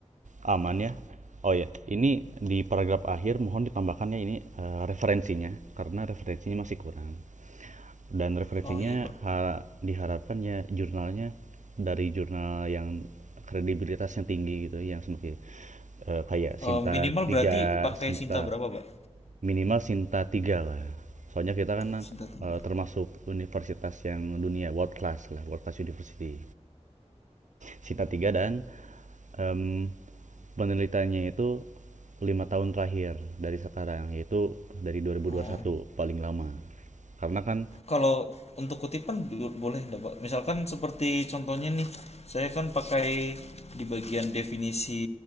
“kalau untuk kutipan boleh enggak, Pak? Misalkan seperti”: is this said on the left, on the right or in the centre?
Left